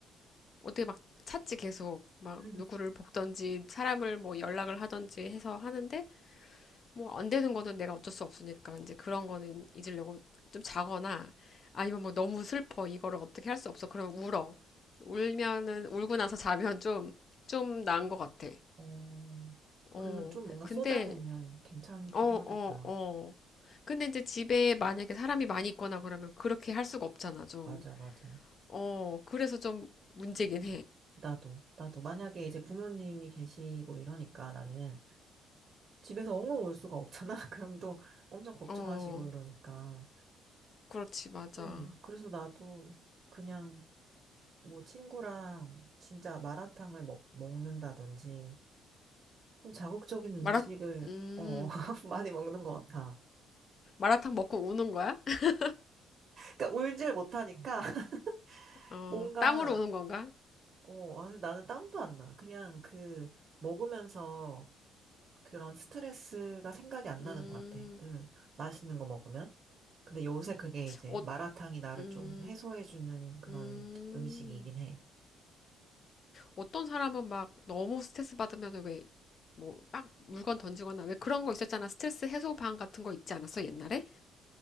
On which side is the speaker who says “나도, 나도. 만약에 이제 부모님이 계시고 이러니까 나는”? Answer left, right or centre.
Right